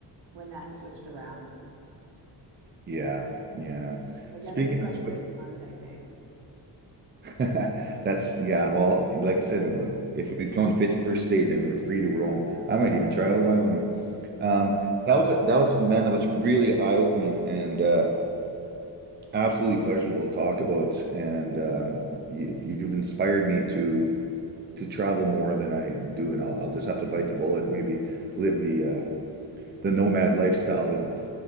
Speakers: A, on the right (about 70°); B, on the right (about 25°).
A: when that switched around.
B: Yeah, yeah.
A: But
B: Speaking
A: yeah, they do like
B: of, sp-
A: six months, I think.
B: <laughs> that's yeah. Well, like you said, if we'd would gone 51st state, then we're free to roam. I might even try out Wyoming. Um, that was a, that was man, that was really eye-opening and uh, absolutely pleasurable to talk about. And um, you, you've inspired me to to travel more than I do, and I'll, I'll just have to bite the bullet, maybe live the uh, the nomad lifestyle and